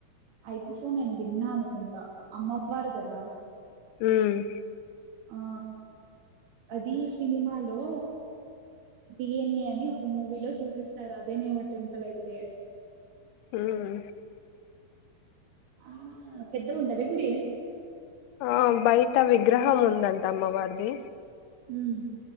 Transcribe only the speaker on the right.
అయితే సో నేను విన్నా అనుకుంటా. అమ్మవారు కదా.
ఆ అది సినిమాలో డిఎన్ఏ అని ఒక మూవీలో చూపిస్తారు. అదేనేమో టెంపుల్ అయితే.
ఆ పెద్ద ఉంటద గుడి.
హ్మ్